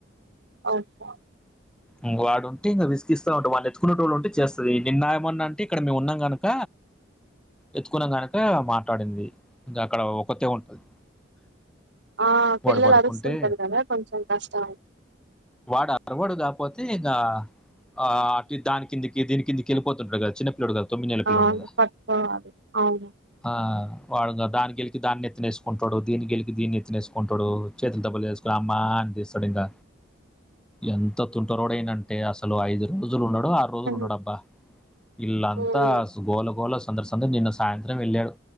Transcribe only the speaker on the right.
అవునా
ఆ పిల్లలు
అరుస్తుంటారు కదా కొంచెం కష్టం
అవును పట్టుకోవాలి అవును
ఉహు,
ఉహు,